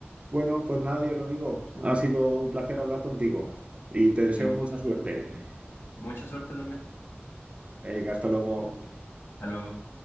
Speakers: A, on the right (about 30°); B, on the left (about 65°).
A: Bueno, pues nada, yo lo digo. ha sido un placer hablar contigo y te deseo
B: Sí, mu-
A: mucha suerte.
B: mucha suerte también.
A: Venga, hasta luego.
B: Hasta luego.